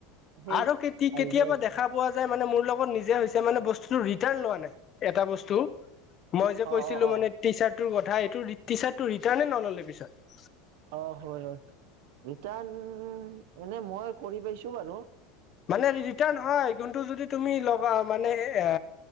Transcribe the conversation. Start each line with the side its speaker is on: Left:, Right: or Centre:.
Right: সেই
Left: আৰু কেতিয়াবা
Right: আহিছে আৰু
Left: দেখা পোৱা যায় মানে মোৰ। মোৰ লগত নিজে হৈছে মানে বস্তুটো ৰিটাৰ্ণ লোৱা নাই এটা বস্তু মই যে কৈছিলো
Right: অ অ অ
Left: মানে টি চাৰ্টটোৰ কথা এইটো টি চাৰ্টো ৰিটাৰ্ণে নল'লে পিছত
Right: অ হয় হয় ৰিটাৰ্ণ এনে মই কৰি পাইছো বাৰু
Left: মানে ৰিটাৰ্ণ হয় কিন্তু যদি তুমি লগা মানে আ